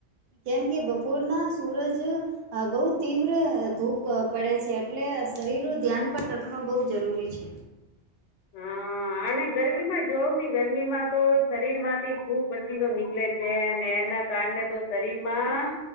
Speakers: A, on the right (about 60°); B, on the left (about 85°).
A: કેમ કે બપોરના સૂરજ બહુ તીવ્ર ધૂપ પડે છે એટલે શરીર નું ધ્યાન પણ રાખણું બહુ જરૂરી છે.
B: હા. હા અને ગરમીમાં જોવ ને ગરમી માં તો શરીર માંથી ખુબ પસીનો નીકળે છે ને એ ના કારણે તો શરીર માં